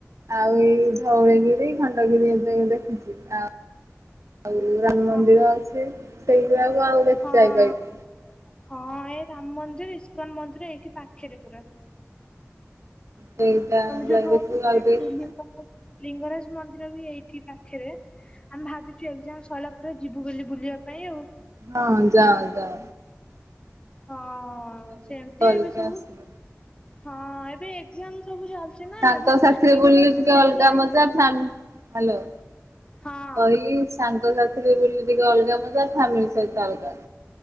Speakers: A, on the right (about 70°); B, on the left (about 20°).
A: ଆଉ ଏଇ ଧଉଳିଗିରି ଖଣ୍ଡଗିରି ଏବେ ଏବେ ଆଉ ଆଉ ରାମ
B: ହଁ
A: ମନ୍ଦିର ଅଛି ସେଗୁଡ଼ାକୁ ଆଉ ଦେଖି
B: ହଁ
A: ଯାଇ ପାରିଲିନି।
B: ହଁ ଏଇ ରାମ ମନ୍ଦିର ଇସ୍କନ ମନ୍ଦିର ଏଇଠି ପାଖରେ ପୁରା।
A: ସେଇଟା
B: ଆମେ ଯୋଉଠି
A: ଯାଇ ଦେଖିବୁ
B: ରହୁଛୁ
A: ଆଉ ଟିକେ
B: ଲିଙ୍ଗରାଜ ମନ୍ଦିର ବି ଏଇଠି ପାଖେରେ। ଆମେ ଭାବିଛୁ ଏକଜାମ ସରିଲା ପରେ ଯିବୁ ବୋଲି ବୁଲିବା ପାଇଁ ଆଉ।
A: ହଁ ଯାଅ ଯାଅ।
B: ହଁ
A: ବୁଲାବୁଲି
B: ସେମିତି
A: କରିକି
B: ଏବେ ସବୁ
A: ଆସିବ।
B: ହଁ ଏବେ ଏଗଜାମ ସବୁ ଚାଲିଛି। ନା
A: ତାଙ୍କ
B: ଏବେ
A: ସାଥିରେ
B: ଇଚ୍ଛା
A: ବୁଲିଲେ
B: ଥିଲେ
A: ଟିକେ ଅଲଗା
B: ବି ଯାଇହଉନି
A: ମଜା ଫ୍ୟାମ ହ୍ୟାଲୋ।
B: ହଁ
A: କହିଲି ସାଙ୍ଗ ସାଥିରେ ବୁଲିଲେ ଅଲଗା ମଜା ଫ୍ୟାମିଲି ସହିତ ଅଲଗା।